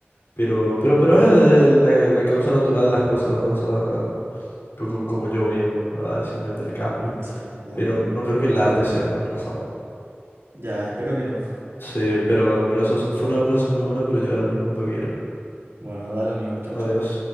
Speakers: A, on the left (about 70°); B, on the right (about 75°).
A: Pero, pero, pero es eh, la, la causa natural de las cosas, o sea, co- co- como yo veo, ¿verdad? Es simplemente el cambio.
B: Mm, sí, entiendo.
A: Pero no creo que el arte sea reemplazado.
B: Ya, espero que no.
A: Sí, pero, pero eso es- fue una conversación muy buena, pero yo ahora mismo tengo que ir.
B: Bueno, dale amigo, chao, chao.
A: Adiós.